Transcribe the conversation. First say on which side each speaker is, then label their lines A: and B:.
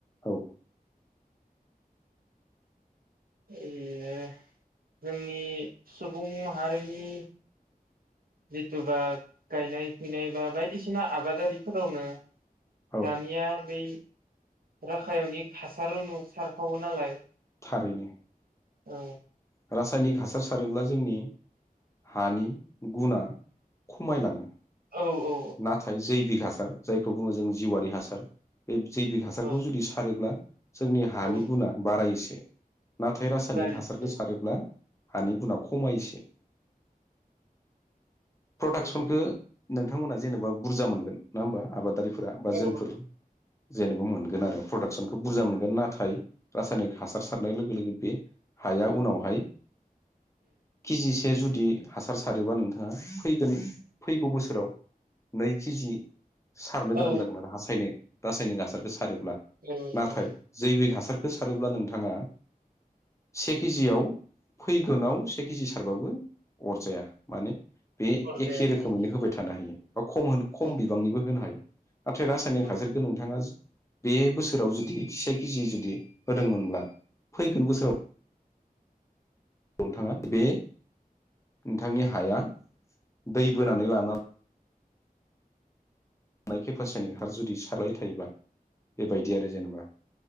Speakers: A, on the left; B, on the right.
A: औ।
B: ओ जोंनि सुबुं माहारिनि जिथुबा गायनाय फुयनाय बा बायदिसिना आबादारिफोरावनो
A: औ
B: दानिया बै राखायावनि हासार रुनु सारफावो नालाय।
A: थारैनो।
B: औ।
A: रासायनिक हासार सारोब्ला जोंनि हानि गुना खमायलाङो।
B: औ औ
A: नाथाय <unintelligible> हासार जायखौ बुंङो जों जिउआरि हासार बे जैबिक हासारखौ
B: औ
A: जुदि सारोब्ला जोंनि हानि
B: औ
A: गुना बारायोसो। नाथाय रासायनिक
B: बारि
A: हासारखौ
B: औ
A: सारोब्ला हानि गुना खमायोसो। प्रडाक्सनखौ।
B: औ
A: नों थांमोना जेनेबा बुरजा मोनगोन नंङा होमबा आबादारि फोरा बा
B: औ
A: जोंफोर। जेनेबा मोनगोन आरो प्रडाक्सनखौ बुरजा मोनगोन नाथाय रासायनिक हासार सारनाय लोगो लोगो बे हाया उनावहाय के जि से जुदि बिदि हासार सारोबा नोंथाङा फैगोन फैगौ बोसोराव नै के जि सारनो गोनां
B: औ
A: जागोन आरो रासायनिक रासायनिक हासारखौ सारो ब्ला
B: औ
A: नाथाय
B: औ
A: जैबिक हासार सारोब्ला नोंथाङा से के जि याव फैगोनाव से के जि सारबाबो अरजाया माने। बे
B: हरजाया
A: एखे रोखोमैनो
B: आरो
A: होबाय थानो हायो। बा खम होन खम
B: औ
A: बिबांनिबो होनो हायो। नाथाय रासायनिक
B: औ
A: हासारखो नोंथाङा बे बोसोराव जुदि से के जि जुदि होदोंमोनब्ला फैगोन बोसोराव नोंथाङा बे नोंथांनि हाया दै बोनानै लाना <unintelligible> आरो जुदि सारबाय थायोबा बेबायदि आरो जेनेबा।